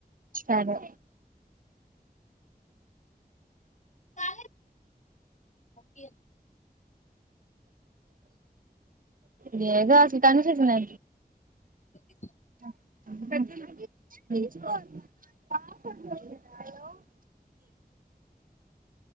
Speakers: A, on the right; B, on the left.
A: సరే.
B: కా ఓకే.
A: లేగాసలు టనిసచ్చన్నా.
B: చా.
A: హలో. హ్మ్ హలో.